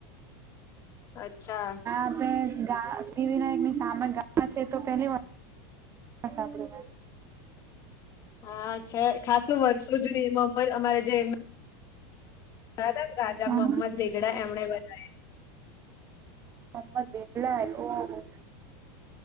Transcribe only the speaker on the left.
અચ્છા
હા છે ખાસું વર્ષો જુની મ અમારે જે રાદમગાજા
મોહમ્મદ વેગડા એમને બનાવ્યું.